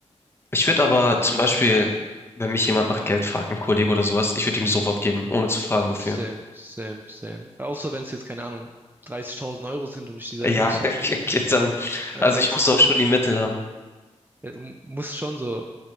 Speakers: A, on the left; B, on the right.
A: Ich würde aber zum Beispiel, wenn mich jemand nach Geld fragt, ein Kollege oder sowas, ich würde ihm sofort geben, ohne zu fragen, wofür.
B: Same, same, same. Außer wenn es jetzt, keine Ahnung, 30.000 Euro sind und ich die selber
A: Ja,
B: nicht
A: <laughs>
B: habe.
A: okay, dann.
B: Also
A: Also ich
B: jetzt,
A: muss
B: jetzt
A: auch
B: so,
A: schon die Mittel haben.
B: äh, m- muss schon so.